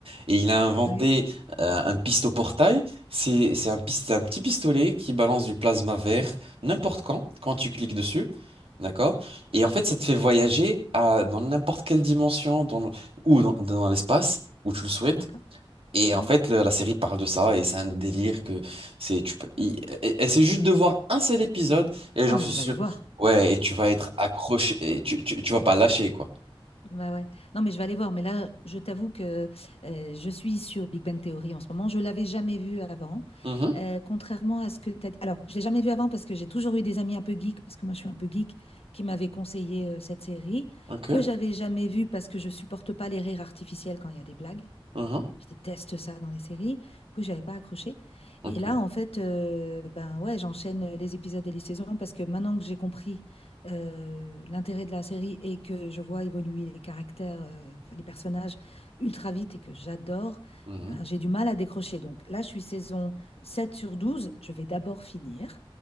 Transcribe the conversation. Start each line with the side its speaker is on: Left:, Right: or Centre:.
Right: Et il a inventé
Left: ok.
Right: euh, un pistoportail. C'est c'est un, pist- un petit pistolet qui balance du plasma vert n'importe quand, quand tu cliques dessus. D'accord? Et en fait,
Left: Mhm,
Right: ça te fait voyager à, dans n'importe quelle dimension dans, le- ou dans dans l'espace, où tu le souhaites.
Left: D'accord.
Right: Et
Left: Hein
Right: en fait, le- la série parle de ça et c'est un délire que c'est tu peux il- et, et c'est juste de voir un seul épisode et
Left: Ah,
Right: j'en
Left: mais
Right: suis
Left: je
Right: sûr.
Left: vais aller voir.
Right: Ouais, et tu vas être accroché et tu, tu, tu vas pas lâcher quoi.
Left: Bah ouais. Non, mais je vais aller voir. Mais là, je t'avoue que euh, je suis sur Big Bang Theory en ce moment. Je l'avais jamais vu avant.
Right: Mhm,
Left: Euh, contrairement à ce que tu as dit. Alors, je l'ai jamais vu avant parce que j'ai toujours eu des amis un peu geeks, parce que moi, je suis un peu geek, qui m'avaient conseillé euh, cette série,
Right: ok,
Left: que j'avais jamais vue parce que je supporte pas les rires artificiels quand il y a des blagues.
Right: mhm,
Left: Je déteste ça dans les séries. Du coup, j'avais pas accroché.
Right: ok,
Left: Et là, en fait, euh, ben ouais, j'enchaîne les épisodes et les saisons parce que maintenant que j'ai compris euh, l'intérêt de la série et que je vois évoluer les caractères, euh, les personnages ultra vite et que j'adore,
Right: mhm.
Left: ben j'ai du mal à décrocher. Donc là, je suis saison sept sur douze Je vais d'abord finir